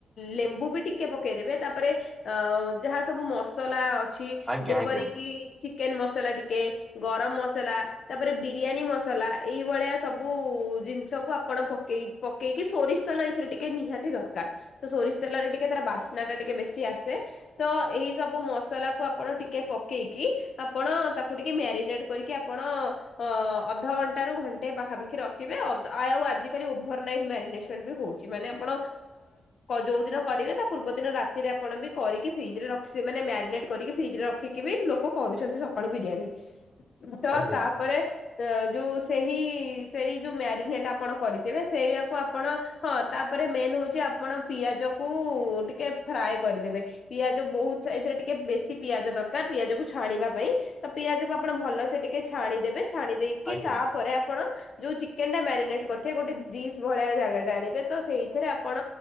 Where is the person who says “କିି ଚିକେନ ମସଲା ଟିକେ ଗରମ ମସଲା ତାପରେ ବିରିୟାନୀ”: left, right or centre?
Left